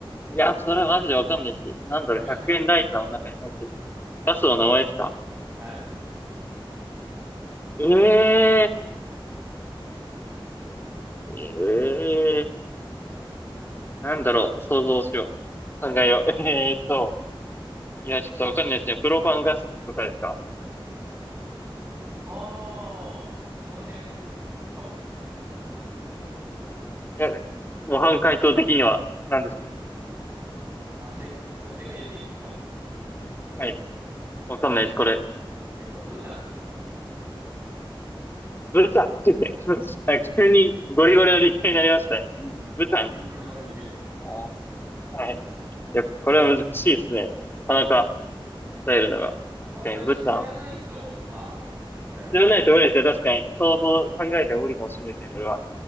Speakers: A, on the left; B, on the right.
A: ー、いや、それはマジでわかんないし。なんだろう、
B: <laughs>
A: 100円ライターの中に入ってる。ガスの名前ですか
B: はい。
A: ええーええーなんだろう、想像しよう。考えよう。<laughs> えーっと、いや、ちょっとわかんないですね。プロパンガスとかですか
B: ああ、その辺かも。確かに。
A: いや、模範解答的には、なんですか
B: あ、正、これ正解言っていいですか
A: はい。わかんないです、
B: 正解は、
A: これ。
B: えっと、ブタンです。
A: ブタンって言って <laughs> あ急にゴリゴリの立体になりましたね。ブタン。
B: これこれの理系です。
A: あはい。いや、これは難しいですね。なかなか伝えるのが。確かにブタン。
B: まあ、これは知らないと、まあ、答えられないですよね。
A: 知らないと無理ですね。確かに。想像、考えても無理かもしれないですね、これは。